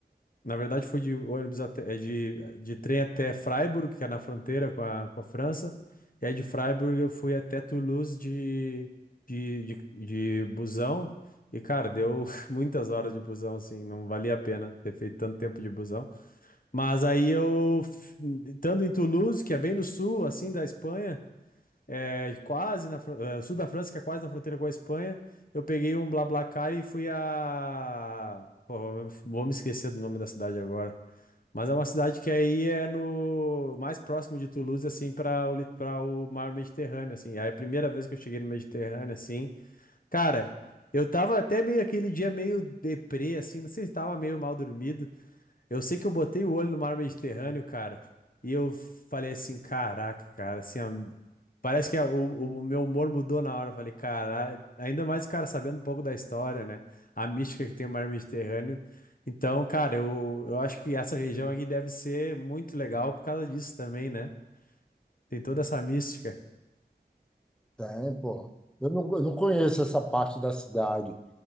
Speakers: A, on the left; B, in the centre.
A: Na verdade, fui de ônibus até, é, de, de trem até Freiburg, que é na fronteira com a, com a França. E aí de Freiburg eu fui até Toulouse de, de, de, de busão. E, cara, deu <laughs> muitas horas de busão, assim, não valia a pena ter feito tanto tempo de busão. Mas aí eu, f- estando em Toulouse, que é bem no sul, assim, da Espanha, é quase na, fron- é, sul da França, que é quase na fronteira com a Espanha, eu peguei um BlaBlaCar e fui a... Vou me esquecer do nome da cidade agora. Mas é uma cidade que aí é no mais próximo de Toulouse, assim, para o, para o mar Mediterrâneo, assim. Aí é a primeira vez que eu cheguei no Mediterrâneo, assim, cara, eu tava até meio aquele dia meio deprê, assim, não sei se tava meio mal dormido, eu sei que eu botei o olho no mar Mediterrâneo, cara, e eu falei assim, caraca, cara, assim, ó, parece que a- o, o meu humor mudou na hora. Eu falei, cara, ainda mais, cara, sabendo um pouco da história, né? A mística que tem o mar Mediterrâneo. Então, cara, eu, eu acho que essa região aqui deve ser muito legal por causa disso também, né? Tem toda essa mística.
B: Tem, pô. Eu não, eu não conheço essa parte da cidade,